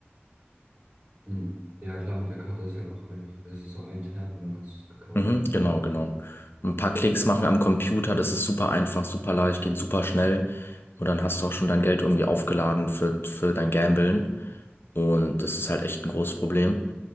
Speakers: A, on the right (about 40°); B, on the left (about 60°).
A: mh. ja, klar, mit der Karte ist halt auch einfach, es ist so ein Tab und dann hast du es gekauft.
B: Mhm, genau, genau. Ein
A: Das
B: paar
A: glaube
B: Klicks
A: ich auch.
B: machen am Computer, das ist super einfach, super leicht, geht super schnell. Und dann hast du auch schon dein Geld irgendwie aufgeladen für, für dein Gamblen. Und das ist halt echt ein großes Problem.